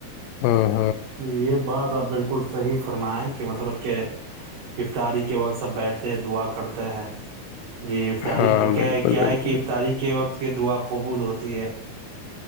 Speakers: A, on the left; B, on the right.
A: ہاں <inaudible>
B: نہیں یہ بات <unintelligible> ب بالکل صحیح فرمائے کہ مطلب کہ افطاری کے وقت سب بیٹھتے ہیں دعا کرتے ہیں <unintelligible> جی افطاری
A: ہاں
B: کیا
A: بالکل
B: کیا
A: بالکل
B: ہے کہ افطاری کے وقت <unintelligible> اس کی دعا قبول ہوتی ہے <unintelligible>